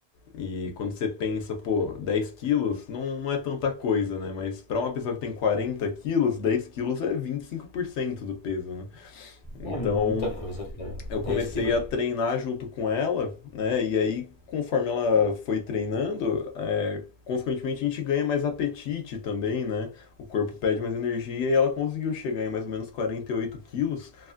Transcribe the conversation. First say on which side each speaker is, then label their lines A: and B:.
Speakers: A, on the left; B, on the left.
A: E quando você pensa, pô, 10 quilos não, não é tanta coisa, né? Mas para uma pessoa que tem 40 quilos, 10 quilos é 25% do peso, né? Então,
B: É muita coisa, cara.
A: eu
B: dez
A: comecei
B: quilos.
A: a treinar junto com ela, né? E aí, conforme ela foi treinando, consequentemente a gente ganha mais apetite também, né? O corpo pede mais energia e ela conseguiu chegar em mais ou menos 48 quilos.